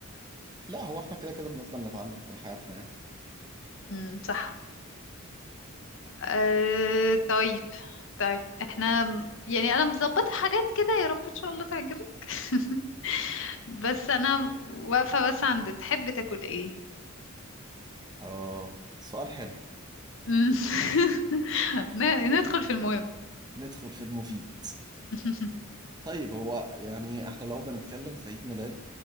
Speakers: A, on the right; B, on the left.
A: لا هو احنا كده كده بنفضل نتعلم طول حياتنا يعني
B: امم صح أه طيب طيب احنا يعني انا مظبطة حاجات كده يا رب ان شاء الله تعجبك <laughs> بس انا واقفة بس عند تحب تاكل ايه
A: <laughs> اه سؤال حلو
B: مم. <laughs> ن- ندخل في المهم
A: ندخل في المفيد
B: <laughs>
A: طيب هو يعني احنا لو بنتكلم في عيد ميلاد